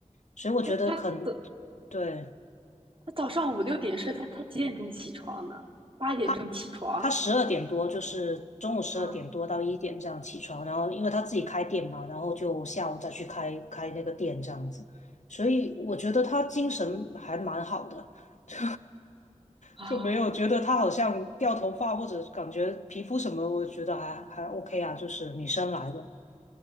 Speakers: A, on the left (about 70°); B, on the right (about 45°).
A: 所以我觉得可能
B: 他他的
A: 对。
B: 他早上五六点睡，他他几点钟起床呢？八点钟起床
A: 他。他十二点多，就是中午十二点多到一点这样起床，
B: 啊
A: 然后因为他自己开店嘛，然后就下午再去开开那个店这样子，所以我觉得他精神还蛮好的，<laughs> 就
B: 啊！
A: 就没有觉得他好像掉头发或者感觉皮肤什么，我觉得还还 OK 啊，就是女生来的，